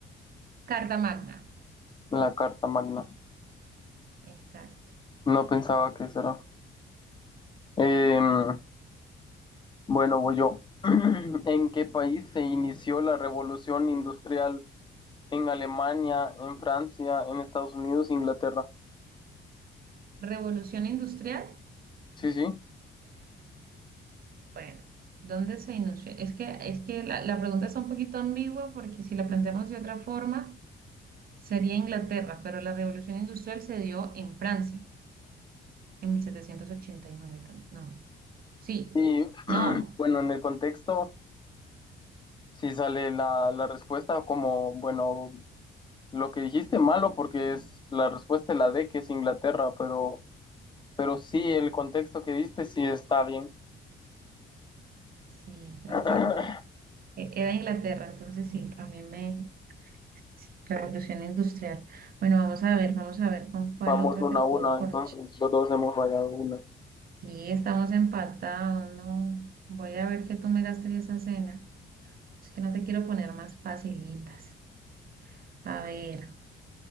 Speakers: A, on the right; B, on the left.
A: <laughs> Carta Magna.
B: La Carta Magna.
A: Exacto.
B: No pensaba que será. Em, bueno, voy yo. <clears throat> ¿En qué país se inició la revolución industrial? ¿En Alemania, en Francia, en Estados Unidos, Inglaterra?
A: Revolución Industrial.
B: Sí, sí.
A: Bueno, ¿dónde se inició? Es que, es que la, la pregunta está un poquito ambigua porque si la planteamos de otra forma. Sería Inglaterra, pero la revolución industrial se dio en Francia, en 1789 también. No, sí,
B: Y
A: no,
B: bueno, en el contexto, si sale la, la respuesta como, bueno, Lo que dijiste malo porque es la respuesta es la D, que es Inglaterra, pero, pero sí, el contexto que diste sí está bien.
A: sí, creo
B: <clears throat>
A: que no. E- Era Inglaterra, entonces sí, también me... sí, Revolución industrial. Bueno, vamos a ver, vamos a ver con cuál
B: Vamos
A: otra
B: una
A: te puedo
B: a una,
A: forchar.
B: entonces los dos hemos fallado una.
A: Sí, estamos empatados, no. Voy a ver que tú me gastes esa cena. Es que no te quiero poner más facilitas. A ver.